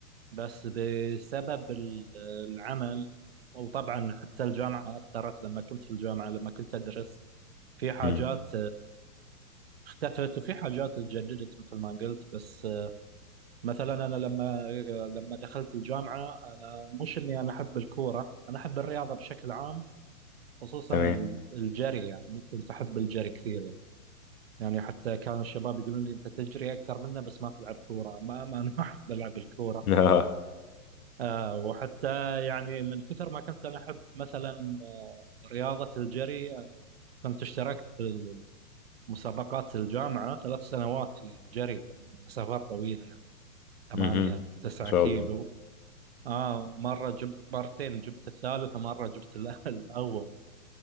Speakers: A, on the right; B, on the left.
A: بس بسبب ال- العمل وطبعا حتى الجامعه اثرت لما كنت في الجامعه لما كنت ادرس في حاجات
B: امم
A: اختفت وفي حاجات اتجددت مثل ما قلت بس آه، مثلا انا لما آه، لما دخلت الجامعه انا مش اني انا احب الكوره انا احب الرياضه بشكل عام خصوصا
B: تمام
A: ال- الجري يعني كنت احب الجري كثير يعني يعني حتى كانوا الشباب يقولون لي انت تجري اكثر منا بس ما تلعب كوره ما ما انا <laughs> ما احب العب الكوره
B: <laughs> اه
A: آه وحتى يعني من كثر ما كنت انا احب مثلا آه، رياضه الجري آه، كنت اشتركت في مسابقات الجامعه ثلاث سنوات في الجري كان مسافات طويله يعني ثمانية
B: مهم.
A: أو تسعة
B: ما شاء
A: كيلو
B: الله
A: آه مرة جبت مرتين جبت الثالث ومرة جبت الأ- <laughs> الأول